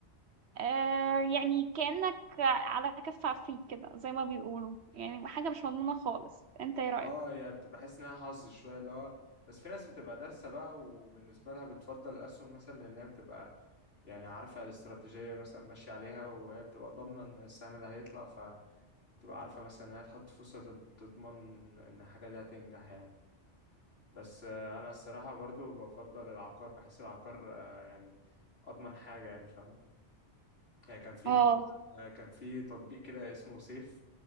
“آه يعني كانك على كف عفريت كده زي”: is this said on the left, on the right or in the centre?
Right